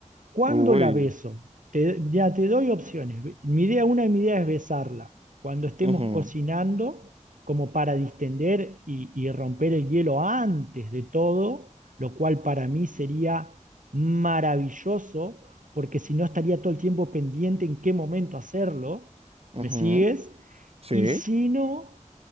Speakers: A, on the right; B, on the right.
A: ¿Cuándo
B: Uy.
A: la beso? Te- ya te doy opciones. Mi idea, una de mis ideas es besarla cuando estemos
B: ujú.
A: cocinando, como para distender y, y romper el hielo antes de todo, lo cual para mí sería maravilloso, porque si no estaría todo el tiempo pendiente en qué momento hacerlo.
B: Ujú,
A: ¿Me sigues?
B: Sí.
A: Y si no,